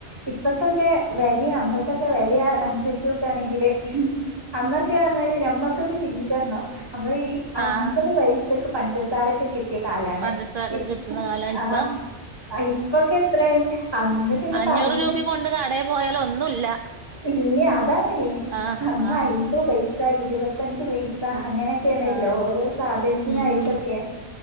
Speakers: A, on the right (about 20°); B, on the right (about 55°).
A: ഇപ്പത്തൊക്കെ വെല്യും അന്നത്തൊക്കെ വെല്യുംഅ അനുസര്ച്ചോ ക്കാണെങ്കില്, ഹ്മ്മ് അന്നൊക്കെർഞ്ഞാല് ഞമ്മക്കൊക്കെ ചിന്തിക്കാർണോ നമ്മള് ഈ അൻപത്
B: ആഹ്
A: പൈസക്ക് പഞ്ചസാരൊക്കെ കി ത്തെ കാലാണ്.
B: പഞ്ചസാരൊക്കെ
A: ഇ
B: കിട്ടുന്ന കാല ഇപ്പൊ
A: ആഹ് ഇപ്പൊക്കെത്രേണ്. അന്ന് പിന്നെ
B: അഞ്ഞൂറ്
A: പ റഞ്ഞിട്ട്
B: രൂപയും കൊണ്ട് കടയിൽ പോയാൽ ഒന്നുല്ല
A: ഇല്ല, അതാണേ
B: ആഹ്
A: അന്നയി
B: ആഹ്
A: ത് പൈസ ഇരുപത്തഞ്ച് പൈസ് സ,
B: ആഹ്
A: അങ്ങനെക്കേണല്ലോ ഓരോ സാധനത്തിനായിട്ടൊക്കെ,
B: ഉം